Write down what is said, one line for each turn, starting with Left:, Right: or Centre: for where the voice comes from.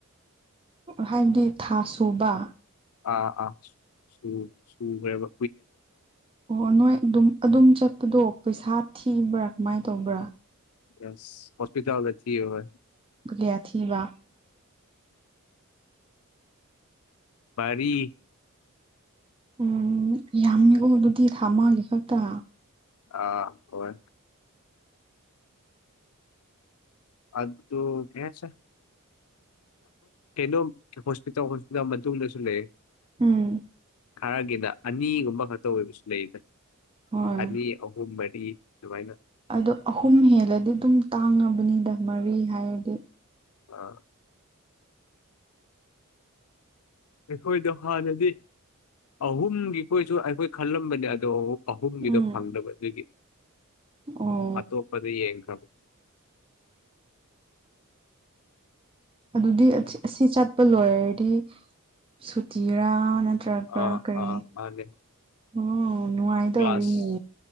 Right: ꯍꯥꯏꯕꯗꯤ ꯊꯥ ꯁꯨꯕ
Left: ꯑꯥ ꯑꯥ ꯁꯨ ꯍꯕ
Right: ꯑꯣ ꯅꯣꯏ ꯑꯗꯨꯝ ꯑꯗꯨꯝ ꯆꯠꯄꯗꯣ ꯄꯩꯁꯥ ꯊꯤꯕ꯭ꯔꯥ ꯀꯃꯥꯏꯅ ꯇꯧꯕ꯭ꯔꯥ
Left: ꯌꯥꯁ ꯍꯣꯁꯄꯤꯇꯥꯜ ꯊ ꯍꯣꯏ
Right: ꯊꯕ
Left: ꯔꯤ
Right: ꯎꯝ ꯌꯥꯝꯃꯤꯀꯣ ꯑꯗꯨꯗꯤ ꯊꯥꯃꯦ ꯈꯛꯇ
Left: ꯑꯥ ꯍꯣꯏ ꯑꯨ ꯀꯦꯁ ꯀꯩꯅꯣ ꯍꯣꯁꯄꯤꯇꯥꯜ ꯍꯣꯁꯄꯤꯇꯥꯜ ꯃꯇꯨꯡꯗꯁꯨ ꯂꯩ
Right: ꯎꯝ
Left: ꯈꯔꯒꯤꯅ ꯑꯅꯤꯒꯨꯝꯕ ꯈꯛꯇ ꯑꯣꯏꯕꯁꯨ ꯂꯩꯗ
Right: ꯍꯣꯏ
Left: ꯑꯅꯤ ꯑꯍꯨꯝ ꯑꯩ ꯑꯗꯨꯨꯃꯥꯏꯅ
Right: ꯑꯗꯣ ꯑꯍꯨꯝ ꯍꯦꯜꯂꯗꯤ ꯑꯗꯨꯝ ꯇꯥꯡꯉꯕꯅꯤꯗ ꯃꯔꯤ ꯍꯥꯏꯔꯗꯤ
Left: ꯑꯥ ꯑꯩꯈꯣꯏꯗꯣ ꯍꯥꯟꯅꯗꯤ ꯑꯍꯨꯝꯒꯤꯈꯣꯏꯁꯨ ꯑꯩꯈꯣꯏ ꯈꯜꯂꯝꯕꯅꯦ ꯑꯗꯣ ꯑꯍꯨꯝꯒꯤꯗ
Right: ꯎꯝ
Left: ꯐꯪꯗꯕ ꯑꯗꯨꯒꯤ
Right: ꯑꯣ
Left: ꯑꯇꯣꯞꯄꯗꯤ ꯌꯦꯡꯈꯕ
Right: ꯑꯗꯨꯗꯤ ꯑꯁꯤ ꯆꯠꯄ ꯂꯣꯏꯔꯗꯤ ꯁꯨꯇꯤꯔꯥ ꯆꯔꯄ
Left: ꯑꯥ
Right: ꯀꯩ
Left: ꯑꯥ
Right: ꯎ
Left: ꯃꯥꯅꯦ
Right: ꯅꯅꯨꯡꯉꯥꯏꯗꯅꯤ
Left: ꯀ꯭ꯂꯥꯁ